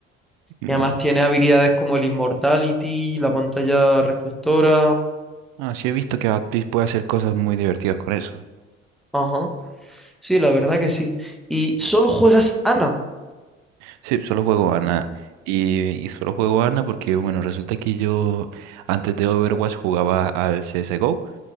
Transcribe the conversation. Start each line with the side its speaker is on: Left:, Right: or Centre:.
Right: Mm.
Centre: Y además tiene habilidades como el Immortality, la pantalla reflectora.
Right: Ah, sí he visto que Baptiste puede hacer cosas muy divertidas con eso.
Centre: Ajá, sí, la verdad que sí. Y solo juegas Ana.
Right: Sí, solo juego Ana. Y, y solo juego Ana porque, bueno, resulta que yo antes de Overwatch jugaba al CSGO.